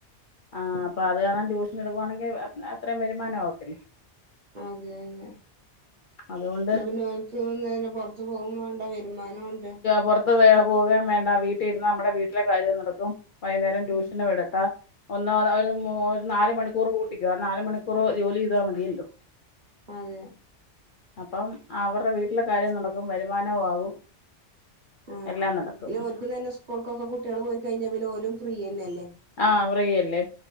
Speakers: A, on the left; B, on the right.
A: ആഹ് അപ്പ അത് കാണാൻ ട്യൂഷൻ എടുക്കുവാണെങ്കി അത്രേം വരുമാനാവത്തില്ലേ
B: അതെ അതെ എന്നാ
A: അതുകൊണ്ട്
B: പിന്നെ ഓൽ ക്ക് തോന്നുന്നേരം പുറത്തുപോകും വേണ്ട വരുമാനം ഉണ്ട്
A: പുറത്ത് വ പോകാൻ വേണ്ട വീട്ടിൽ ഇരുന്ന് നമ്മടെ വീട്ടിലെ കാര്യം നടക്കും വൈകുന്നേരം ട്യൂഷനും
B: ഉം
A: എടുക്കാ ഒന്നോ ഒരു നാല് മണിക്കൂർ കൂട്ടിക്കോ ആ നാല് മണിക്കൂർ ജോലി ചെയ്താൽ മതിയല്ലോ
B: അതെ
A: അപ്പം അവരുടെ വീട്ടിലെ കാര്യം നടക്കും വരുമാനവും ആകും
B: ആ
A: എല്ലാം നടക്കും
B: പിന്നെ ഒൽക്കും തന്നെ സ്കൂൾക്കൊക്കെ കുട്ടികൾ പോയി കഴിഞ്ഞാ പിന്നെ ഓരും ഫ്രീ തന്നെ അല്ലേ
A: ആഹ് ഫ്രീ അല്ലേ